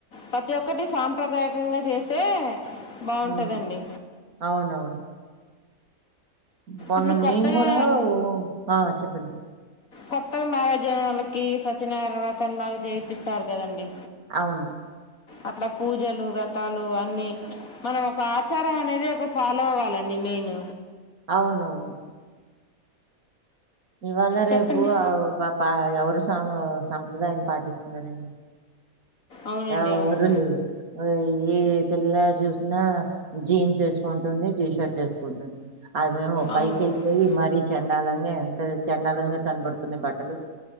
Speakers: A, on the left; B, on the right.
A: ప్రతి ఒక్కటి సాంప్రదాయకంగ చేస్తే బాగుంటుందండి
B: ఉమ్ అవునవును మొన్నం
A: ఇప్పుడు కొత్తగా
B: మేము కూడా ఆ చెప్పండి
A: కొత్తగా మ్యారేజ్ అయిన వాళ్ళకి సత్యనర్వతలాగా చేయిపిస్తారు కదండి
B: అవును
A: అట్లా పూజలు వ్రతాలు అన్ని మనం ఒక ఆచారం అనేది ఒక ఫాలో అవ్వాలండి మెయిన్
B: అవునవును ఇవాళ రేపు
A: చెప్పండి
B: అ పాప ఎవరు సా సంప్రదాయాన్ని పాటిస్తున్నారండి
A: అవునండి
B: ఎవరు
A: అవును
B: లేరు ఎ ఏ పిల్ల చూసినా జీన్స్ వేసుకుంటుంది టీ షర్ట్ వేసుకుంటుంది అవి ఎమో
A: అవునవును
B: పైకి వెళ్ళిపోయి మరీ చెండాలంగా ఎంత చెం డాలంగా కనబడుతున్నాయి బట్టలు